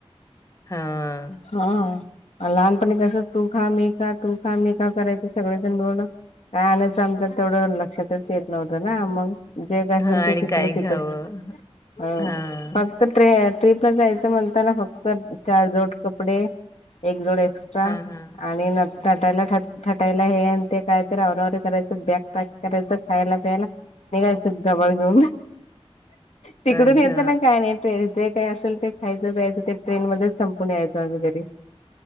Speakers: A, on the left (about 30°); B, on the left (about 85°).
A: हा.
B: हा लहानपणी कस तू खा मी खा तू खा मी का करायचं सगळजण मिळून काय आणायचं आमच तेवढं लक्षातच येत नव्हतं ना, मग जे काय आसेल
A: हां
B: ते
A: आणि
B: तिथल्या
A: काय घ्यावं?
B: तिथं हा
A: हां,
B: पाच चं ट्रे ट्रिपला जायचं म्हणताना फक्त चार जोड कपडे एक जोड एक्स् चा
A: हां, हां.
B: आणि न नटायला थ थटायला हे आणि ते कायतर आवराआवरी करायचं बॅग पॅक करायचं खायला प्यायला निघायचं गबाळ घेऊन. तिकडून
A: अच्छा,
B: येताना काय नाही ते जे काय असेल ते खायचं प्यायच ते ट्रेनमध्येच संप पून यायचो आम्ही घरी.